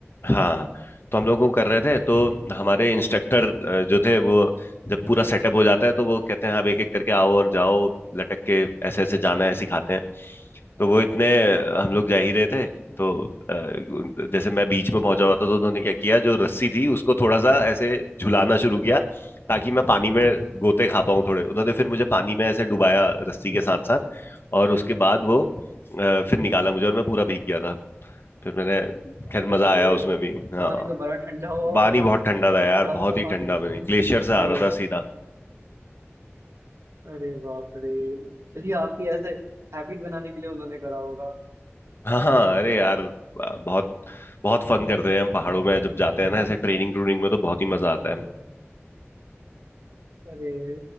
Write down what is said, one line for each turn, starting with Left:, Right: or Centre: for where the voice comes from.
Left: हाँ तो हम लोग वो कर रहे थे तो हमारे इंस्ट्रक्टर जो थे वो जब पूरा सेटअप हो जाता है तो वो कहते हैं अब एक एक करके आओ और जाओ लटक के ऐसे ऐसे जाना है सिखाते हैं तो वो इतने अ, हम लोग जा ही रहे थे तो अ, जैसे मैं बीच में पहुंचा हुआ था तो उन्होंने क्या किया जो रस्सी थी उसको थोड़ा सा ऐसे झुलाना शुरू किया ताकि मैं पानी में गोते खा पाऊं थोड़े उन्होंने फिर मुझे पानी में ऐसे डुबाया रस्सी के साथ साथ और उसके बाद वो अ, फिर निकाला मुझे और मैं पूरा भीग गया फिर मैंने
Right: अरे
Left: खैर मजा आया उसमें भी हाँ
Right: पानी तो बड़ा ठंडा हुआ होगा
Left: पानी बहुत ठंडा था यार
Right: ठंडा होगा
Left: बहुत ही
Right: पानी
Left: ठंडा पानी ग्लेशियर
Right: अरे
Left: से आ रहा था सीधा
Right: अरे बाप रे चलिए आपकी ऐसे हैबिट बनाने के लिए उन्होंने करा होगा
Left: हाँ हाँ अरे यार आ, बहुत बहुत फन करते हैं हम पहाड़ों में जब जाते हैं ना ऐसे ट्रेनिंग ट्रूनिंग में तो बहुत ही मजा आता
Right: हाँ
Left: है
Right: अरे